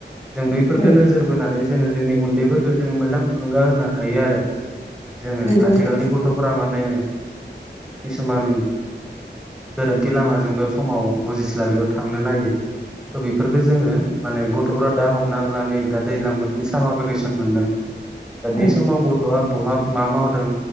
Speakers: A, in the centre; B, on the left.
A: जों बैफोरखौ
B: औ
A: नोजोर बोनानै जोङो जोंनि उन्दैफोरखौ जोङो मोजां थुलुंगा होनो हायो आरो जोङो
B: नंगौ नोंथां
A: आथिखालनि गथ'फोरा माने किसुमान गोरोन्थि लामाजोंबो समाव बुजिस्लाबैयाव बेयाव थांनो नायो त' बेफोरखौ जोङो माने गथ'फ्रा दा हमनानै लानानै दा दैज्लां बोथोरनि सामार भेकेसन मोनदों दा बे
B: औ
A: समाव गथ' बा बहा मा मावदों